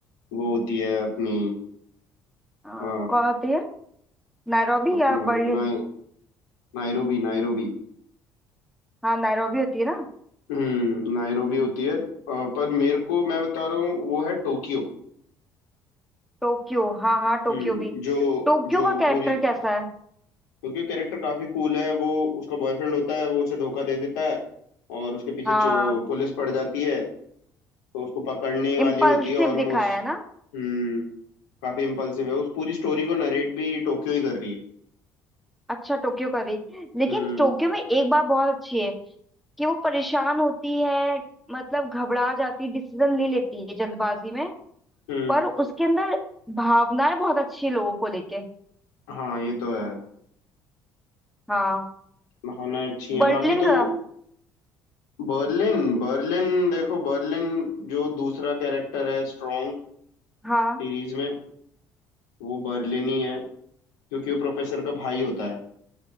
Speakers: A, on the left; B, in the centre.
A: वो होती है अपनी
B: हाँ,
A: अ,
B: कौन होती है नैरोबी
A: अपनी
B: या बर्लिन
A: नाय नायरोबी नायरोबी
B: हाँ नैरोबी होती है ना
A: हम्म नायरोबी होती है अ, पर मेरे को मैं बता रहा हूँ वो है टोक्यो
B: टोक्यो हाँ हाँ टोक्यो
A: हम्म
B: भी
A: जो
B: टोक्यो
A: जो
B: का कैरेक्टर
A: पूरी
B: कैसा है
A: टोक्यो कैरेक्टर काफी कूल है वो उसका बॉयफ्रेंड होता है वो उसे धोखा दे देता है और उसके पीछे
B: हाँ
A: जो पुलिस पड़ जाती है तो उसको पकड़ने ही वाली
B: इम्पल्सिव
A: होती है ऑलमोस्ट
B: दिखाया है ना
A: हम्म काफी इम्पल्सिव है उस पूरी स्टोरी को नरेट भी टोक्यो ही कर रही है
B: अच्छा टोक्यो का भी लेकिन
A: हम्म
B: टोक्यो में एक बात बहुत अच्छी है कि वो परेशान होती है मतलब घबरा जाती डिसीजन ले लेती है जल्दबाजी में
A: हम्म
B: पर उसके अंदर भावनाएं बहुत अच्छी है लोगों को लेके
A: हाँ ये तो है
B: हाँ
A: भावनाएं अच्छी हैं
B: बर्लिन
A: बाकी तो
B: का
A: बर्लिन बर्लिन देखो बर्लिन जो दूसरा कैरेक्टर है स्ट्रॉन्ग
B: हाँ
A: सीरीज में वो बर्लिन ही है क्योंकि वो प्रोफेसर का भाई होता है